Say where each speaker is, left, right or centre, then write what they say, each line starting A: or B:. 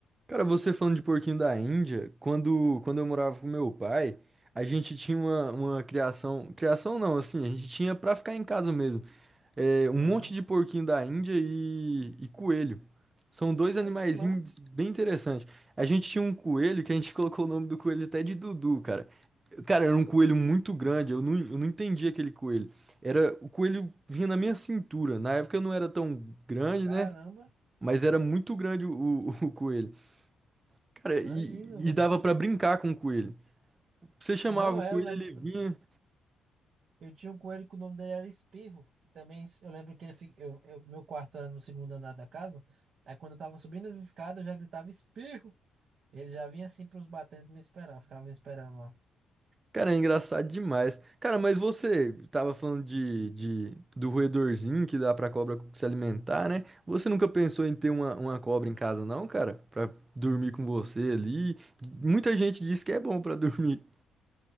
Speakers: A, on the right; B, on the right.
A: Cara, você falando de porquinho da Índia, quando, quando eu morava com meu pai, a gente tinha uma, uma criação. Criação não, assim, a gente tinha pra ficar em casa mesmo. é, um
B: Aham.
A: monte de porquinho da Índia e, e coelho. São dois animaizinhos
B: Ai, que massa.
A: bem interessantes. A gente tinha um coelho que a gente <laughs> colocou o nome do coelho até de Dudu, cara. Cara, era um coelho muito grande, eu não, eu não entendi aquele coelho. Era, o coelho vinha na minha cintura. Na época eu não era tão grande,
B: Caramba,
A: né? Mas era muito grande o, o, <laughs> o coelho. Cara, e,
B: imagino, velho.
A: e dava pra brincar com o coelho. Você chamava
B: Não,
A: o
B: é,
A: coelho,
B: eu lembro.
A: ele vinha.
B: Eu tinha um coelho que o nome dele era Espirro. E também s- eu lembro que ele fi- eu, eu- meu quarto era no segundo andar da casa. Aí quando eu tava subindo as escadas, eu já gritava Espirro. Ele já vinha assim pros batentes me esperar, ficava me esperando lá.
A: Cara, é engraçado demais. Cara, mas você tava falando de, de- do roedorzinho que dá pra cobra se alimentar, né? Você nunca pensou em ter uma, uma cobra em casa, não, cara? Pra dormir com você ali? Muita gente diz que é bom pra <laughs> dormir.